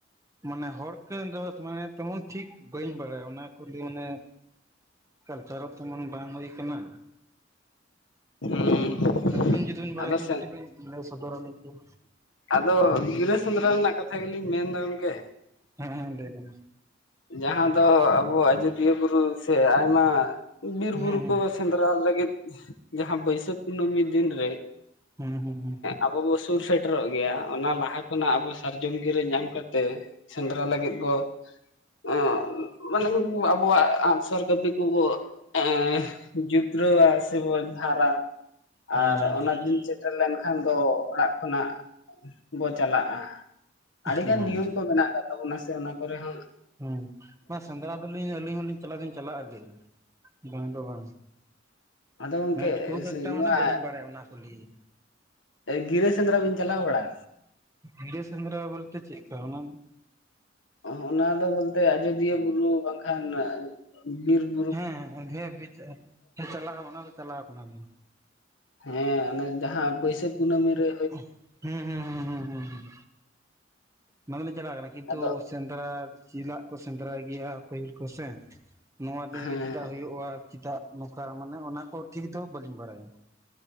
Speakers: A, on the right (about 15°); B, on the left (about 80°).
A: ᱢᱟᱱᱮ ᱦᱚᱲ ᱠᱮᱱ ᱫᱚᱥ ᱢᱟᱱᱮ ᱛᱮᱢᱚᱱ ᱴᱷᱤᱠᱼᱼ ᱵᱟᱹᱧ ᱵᱟᱲᱟᱭᱟ ᱚᱱᱟ ᱠᱚᱨᱮ ᱢᱟᱱᱮ ᱠᱟᱞᱪᱟᱨ ᱦᱚᱸ ᱛᱮᱢᱚᱱ ᱵᱟᱝ ᱦᱩᱭ ᱟᱠᱟᱱᱟ᱾
B: ᱦᱩᱸ
A: ᱟᱹᱵᱤᱱ ᱡᱩᱫᱤ ᱵᱤᱱ ᱵᱟᱲᱟᱭ
B: ᱟᱫᱚ
A: ᱠᱷᱟᱱ
B: ᱥᱮᱸ
A: ᱠᱟᱹᱴᱤᱡ ᱵᱮᱤᱱ ᱞᱟᱹᱭ ᱥᱚᱫᱚᱨᱟᱹᱞᱤᱧ ᱠᱮᱭᱟ᱾
B: ᱟᱫᱚ ᱜᱤᱨᱟᱹ ᱥᱮᱸᱫᱽᱨᱟ ᱨᱮᱱᱟᱜ ᱠᱟᱛᱷᱟ ᱜᱮᱞᱤᱧ ᱢᱮᱱᱫᱟ ᱜᱚᱢᱠᱮᱼᱼ
A: ᱦᱮᱸ ᱦᱮᱸ ᱞᱟᱹᱭᱵᱤᱱ
B: ᱡᱟᱦᱟᱸ ᱫᱚ ᱟᱵᱚ ᱟᱡᱚᱫᱤᱭᱟᱹ ᱵᱩᱨᱩ ᱥᱮ ᱟᱭᱢᱟ ᱵᱤᱨ ᱵᱩᱨᱩ
A: ᱦᱩᱸ
B: ᱠᱚᱼᱼ ᱥᱮᱸᱫᱽᱨᱟ ᱞᱟᱹᱜᱤᱫ ᱡᱟᱦᱟᱸ ᱵᱟᱹᱭᱥᱟᱹᱠᱷ ᱠᱩᱱᱟᱹᱢᱤ ᱫᱤᱱ ᱨᱮᱼ
A: ᱦᱩᱸ ᱦᱩᱸ ᱦᱩᱸ
B: ᱟᱵᱚ ᱵᱚ ᱥᱩᱨ ᱥᱮᱴᱮᱨᱚᱜ ᱜᱮᱭᱟ ᱚᱱᱟ ᱞᱟᱦᱟ ᱠᱷᱚᱱᱟᱜ ᱟᱵᱚ ᱥᱟᱨᱡᱚᱢ ᱜᱤᱨᱟᱹ ᱧᱟᱢ ᱠᱟᱛᱮ ᱥᱮᱸᱫᱽᱨᱟ ᱞᱟᱹᱜᱤᱫ ᱵᱚᱼᱼ ᱚᱸ ᱢᱟᱱᱮ ᱟᱵᱚᱣᱟᱜ ᱟᱜ -ᱥᱟᱨ ᱠᱟᱹᱯᱤ ᱠᱚᱵᱚᱼ ᱮᱸ ᱡᱩᱛᱨᱟᱹᱣ ᱥᱮᱵᱚᱱ ᱫᱷᱟᱨᱟ᱾
A: ᱦᱩᱸ
B: ᱟᱨ ᱚᱱᱟ
A: ᱦᱩᱸ
B: ᱫᱤᱱ ᱥᱮᱴᱮᱨ ᱞᱮᱱᱠᱷᱟᱱ ᱫᱚ ᱚᱲᱟᱜ ᱠᱷᱚᱱᱟᱜ ᱵᱚ ᱪᱟᱞᱟᱜᱼᱟ᱾ ᱟᱹᱰᱤᱜᱟᱱ
A: ᱦᱩᱸ ᱦᱩᱸ
B: ᱱᱤᱭᱚᱢ ᱠᱚ ᱢᱮᱱᱟᱜ ᱟᱠᱟᱫ ᱛᱟᱵᱚᱱᱟ ᱥᱮ ᱚᱱᱟ ᱠᱚᱨᱮ ᱦᱚᱸᱼᱼ
A: ᱦᱮᱸ ᱵᱟᱸ ᱥᱮᱸᱫᱽᱨᱟ ᱫᱚᱞᱤᱧ ᱟᱹᱞᱤᱧ ᱦᱚᱞᱤᱧ ᱪᱟᱞᱟᱜ ᱟᱹᱞᱤᱧ ᱵᱟᱝ ᱫᱚ ᱵᱟᱝᱼ
B: ᱟᱫᱚ ᱜᱚᱝᱠᱮ
A: ᱢᱟᱱᱮ ᱠᱷᱩᱵ ᱮᱠᱴᱟ
B: ᱱᱚᱣᱟ
A: ᱢᱟᱱᱮ ᱵᱟᱹᱞᱤᱧ ᱵᱟᱲᱟᱭᱟ ᱚᱱᱟ ᱠᱚ ᱞᱤᱧ
B: -ᱮ ᱜᱤᱨᱟ. ᱥᱮᱸᱪᱫᱽᱨᱟ ᱵᱤᱱ ᱪᱟᱞᱟᱣ ᱵᱟᱲᱣᱟ᱾
A: ᱜᱤᱨᱟᱹ ᱥᱮᱸᱫᱽᱨᱟ ᱵᱚᱞᱛᱮ ᱪᱮᱫᱠᱟ ᱚᱱᱟᱫᱚᱼᱼ
B: ᱚ ᱚᱱᱟ ᱫᱚ ᱵᱚᱞᱛᱮ ᱟᱡᱚᱫᱤᱭᱟᱹ ᱵᱩᱨᱩ ᱵᱟᱝᱠᱷᱟᱱᱼᱼ ᱵᱤᱨ ᱵᱩᱼᱼ
A: ᱦᱮᱸ <inaudible> ᱵᱤᱪ ᱪᱟᱞᱟᱜᱼᱟ ᱚᱱᱟ ᱫᱚ ᱪᱟᱞᱟᱣ ᱟᱠᱟᱱᱟ ᱵᱤᱱ
B: ᱦᱮᱸ ᱚᱱᱮ ᱡᱟᱦᱟᱸ ᱵᱟᱹᱭᱥᱟᱹᱠᱷ ᱠᱩᱱᱟᱹᱢᱤ ᱨᱮᱼᱼ
A: ᱦᱩᱸ ᱦᱩᱸ ᱦᱩᱸ ᱦᱩᱸ ᱦᱚᱸ ᱢᱟᱱᱮ ᱫᱳᱞᱤᱧ ᱪᱟᱞᱟᱣ ᱠᱟᱱᱟ ᱠᱤᱱᱛᱩᱼᱼ
B: ᱟᱫᱚ
A: ᱥᱮᱸᱫᱽᱨᱟ ᱡᱤᱞᱟᱜ ᱠᱚ ᱥᱮᱸᱫᱽᱨᱟᱭ ᱜᱮᱭᱟ ᱚᱠᱚᱭ ᱠᱚᱥᱮ ᱱᱚᱣᱟ ᱫᱤᱱ
B: ᱦᱮᱸ
A: ᱜᱮ
B: ᱦᱮᱸ
A: ᱪᱮᱫᱟᱜ ᱦᱩᱭᱩᱜᱼᱟ ᱪᱮᱫᱟᱜ ᱱᱚᱝᱠᱟ ᱢᱟᱱᱮ ᱚᱱᱟ ᱠᱚ ᱴᱷᱤᱠ ᱫᱚ ᱵᱟᱹᱞᱤᱧ ᱵᱟᱲᱟᱭᱟ᱾